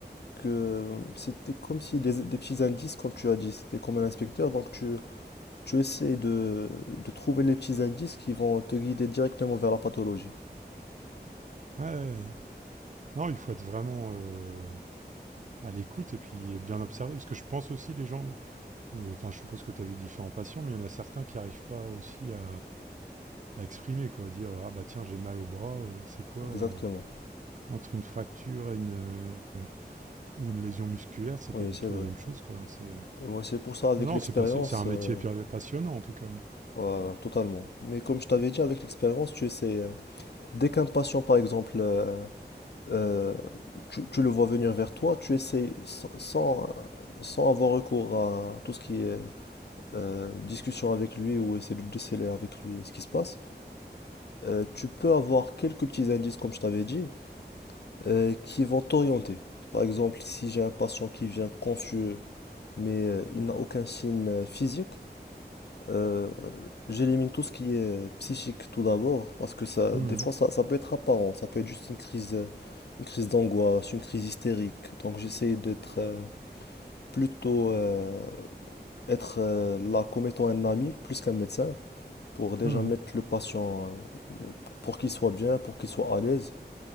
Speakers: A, on the left; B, on the right.
A: que euh, c'était comme si des, des petits indices, comme tu as dit, c'était comme un inspecteur. Donc, tu, tu essaies de, de trouver les petits indices qui vont te guider directement vers la pathologie.
B: Ouais, ouais. Non, il faut être vraiment. euh, à l'écoute et puis bien observer. Parce que je pense aussi les gens, euh, enfin je suppose que tu as vu différents patients, mais il y en a certains qui n'arrivent pas aussi à, à, exprimer, quoi, dire ah bah tiens j'ai mal au bras, euh, c'est quoi
A: Exactement.
B: euh, entre une fracture et une euh, ou une lésion musculaire, c'est
A: Oui,
B: pas du
A: c'est
B: tout
A: vrai.
B: la même chose, quoi. C'est
A: Ouais, c'est pour ça, avec
B: non non
A: l'expérience,
B: c'est pas si, c'est un métier
A: euh,
B: passionnant en tout cas.
A: euh, totalement. Mais comme je t'avais dit, avec l'expérience, tu essaies. euh, Dès qu'un patient, par exemple, euh, euh, tu, tu le vois venir vers toi, tu essaies sans, sans, euh, sans avoir recours à tout ce qui est euh, discussion avec lui ou essayer de déceler avec lui ce qui se passe, euh, tu peux avoir quelques petits indices, comme je t'avais dit, euh, qui vont t'orienter. Par exemple, si j'ai un patient qui vient confus, mais euh, il n'a aucun signe euh, physique, Euh, j'élimine tout ce qui est psychique tout d'abord, parce que ça,
B: Mmh.
A: des fois, ça, ça peut être apparent, ça peut être juste une crise, euh, une crise d'angoisse, une crise hystérique. Donc j'essaie d'être euh, plutôt euh, être euh, là comme étant un ami plus qu'un médecin, pour déjà
B: Mmh.
A: mettre le patient, euh, pour qu'il soit bien, pour qu'il soit à l'aise.